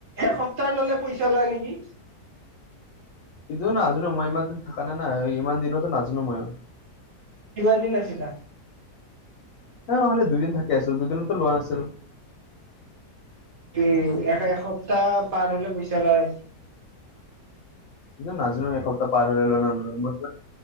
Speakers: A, on the right (about 50°); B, on the left (about 70°).
A: এসপ্তাহ ললে পইচা লয় নেকি?
B: এইটো নাজনো মই। ইমান দিন থকা নাই- নাই ইমান দিনতো নাজনো মই।
A: কিমান দিন আছিলা?
B: ন নহ'লে দুদিন থাকি আছিলোঁ। দুদিনতো লোৱা নাছিলোঁ।
A: উম, এ, এক সপ্তাহ পাৰ হলে পইচা লয়।
B: নাজানো এসপ্তাহ পাৰ হলে লয় না নলয়।